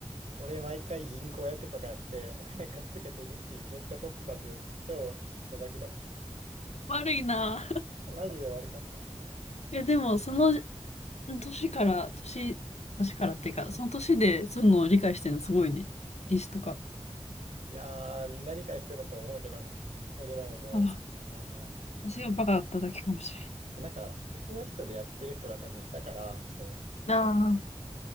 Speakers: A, on the right; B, on the left.
A: 俺毎回銀行役とかやってお金貸し付けて利子めっちゃ取ってたという超クソガキだった。
B: 悪いな。
A: マジで悪かった。うん、
B: いや、でも、その年から、年、年からっていうか、その年でそういうのを理解してるのすごいね。リ史とか。
A: いやー、みんな理解してたと思うけど、俺らもそう。
B: あ、
A: うん、
B: 私がバカだっただけかもしれ
A: そう、なんか別の人でやってる人が多分いたから、そう、
B: ない。
A: 俺、
B: ああ、